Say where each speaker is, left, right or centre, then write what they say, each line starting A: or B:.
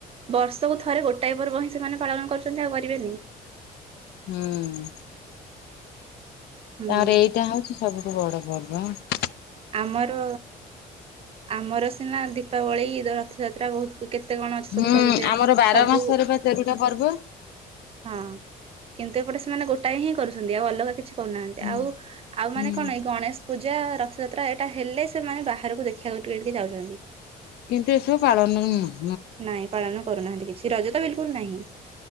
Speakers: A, on the right (about 35°); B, on the left (about 70°).
A: ବର୍ଷକୁ ଥରେ ଗୋଟାଏ ପର୍ବ ହ ସେମାନେ ପାଳନ କରୁଛନ୍ତି ଆଉ କରିବେନି।
B: ହୁଁ।
A: ହୁଁ
B: ତାରେ ଏଇଟା ହଉଛି ସବୁଠୁ ବଡ ପର୍ବ ଆଁ।
A: ଆମର ଆମର ସିନା ଦୀପାବଳି ରଥଯାତ୍ରା ତା ବହୁତ କେତେ କଣ ଅଛି ସବୁ
B: ହୁଁ
A: କରୁଛେ
B: ଆମର ବାର
A: ସବୁ
B: ମାସରେ ବା ତେରଟା ପର୍ବ।
A: ହଁ କିନ୍ତୁ ଏପଟେ ସେମାନେ ଗୋଟାଏ ହିଁ କରୁଛନ୍ତି ଆଉ ଅଲଗା କିଛି କରୁନାହାନ୍ତି
B: ହୁଁ
A: ଆଉ ଆଉ
B: ହୁଁ
A: ମାନେ କଣ ଏଇ ଗଣେଶ ପୂଜା ରଥଯାତ୍ରା ଏଇଟା ହେଲେ ସେମାନେ ବାହାରକୁ ଦେଖିବାକୁ ଟିକେ ଟିକେ ଯାଉଛନ୍ତି।
B: କିନ୍ତୁ ଏସବୁ ପାଳନ ନୁ।
A: ନାଇଁ ପାଳନ କରୁନାହାନ୍ତି କିଛି ରଜତ ବିଲକୁଲ ନାହିଁ।